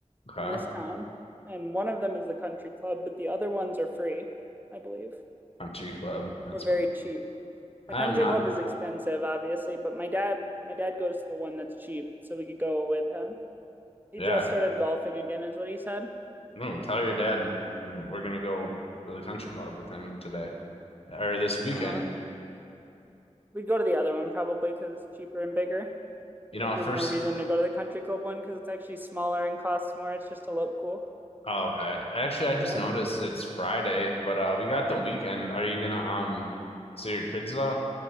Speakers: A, on the left (about 50°); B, on the right (about 15°).
A: okay,
B: in this town, and one of them is the country club, but the other ones are free, I believe,
A: country club, that's
B: or very
A: fun.
B: cheap. The
A: I'm
B: country
A: not.
B: club is expensive, obviously, but my dad my dad goes to the one that's cheap, so we could go with him. He
A: Yeah.
B: just started golfing again, is what he said.
A: No, tell your dad mm, we're gonna go to the country club with him today or this weekend.
B: Uh, we'd go to the other one probably because it's cheaper and bigger.
A: You
B: Like,
A: know,
B: there's
A: first,
B: no reason to go to the country club one because it's actually smaller and costs more. It's just to look cool.
A: oh, okay. Actually, I just
B: Yeah.
A: noticed it's Friday, but uh, we got the weekend. Are you gonna um see your kids though?